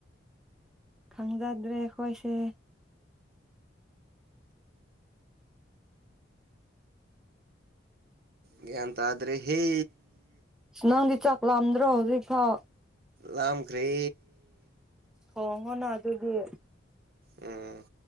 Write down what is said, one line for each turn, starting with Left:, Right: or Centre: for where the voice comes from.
Centre: ꯈꯪꯖꯗ꯭ꯔꯦ ꯑꯩꯈꯣꯏꯁꯦ
Right: ꯒ꯭ꯌꯥꯟ ꯇꯗ꯭ꯔꯦꯍꯦ
Centre: ꯅꯪꯗꯤ ꯆꯥꯛ ꯂꯥꯝꯗ꯭ꯔꯣ ꯍꯧꯖꯤꯛꯐꯥꯎ
Right: ꯂꯥꯝꯒ꯭ꯔꯦ
Centre: ꯊꯣꯡꯉꯣꯅ ꯑꯗꯨꯒꯤ
Right: ꯎꯝ